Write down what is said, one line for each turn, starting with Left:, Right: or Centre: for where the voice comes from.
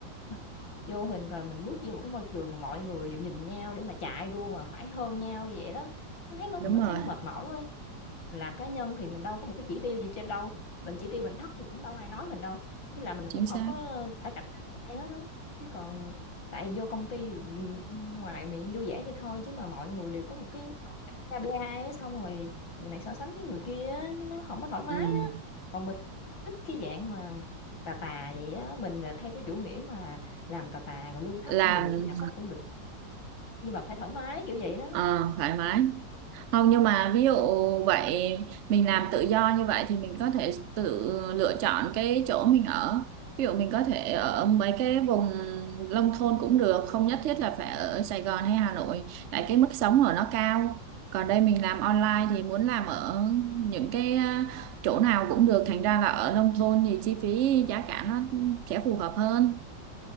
Left: mình vô hình rồi mình bước vô một cái môi trường mà mọi người đều nhìn nhau để mà chạy đua mà phải hơn nhau như vậy đó Nó thấy mệt
Right: Đúng
Left: mình
Right: rồi,
Left: thấy nó mệt mỏi quá mình làm cá nhân thì mình đâu có một cái chỉ tiêu gì trên đâu mình chỉ tiêu mình thấp thì cũng đâu ai nói mình đâu chứ là mình
Right: chính
Left: cũng
Right: xác.
Left: không có phải cạnh tranh ai hết á chứ còn tại vô công ty thì ừ, ngoài miệng vui vẻ vậy thôi chứ mà mọi người đều có một cái KPI á, xong rồi người này so sánh với người kia á, nó không có thoải mái
Right: Ừ.
Left: á còn mình thích cái dạng mà tà tà vậy á mình là theo cái chủ nghĩa mà làm tà tà rồi lương thấp
Right: Làm
Left: cũng được thu nhập thấp cũng được nhưng mà phải thoải mái kiểu vậy đó
Right: ờ, thoải mái. Không nhưng mà ví dụ vậy mình làm tự do như vậy thì mình có thể tự lựa chọn cái chỗ mình ở. Ví dụ mình có thể ở mấy cái vùng nông thôn cũng được, không nhất thiết là phải ở Sài Gòn hay Hà Nội, tại cái mức sống ở nó cao. Còn đây mình làm online thì muốn làm ở những cái à, chỗ nào cũng được, thành ra là ở nông thôn thì chi phí giá cả nó sẽ phù hợp hơn,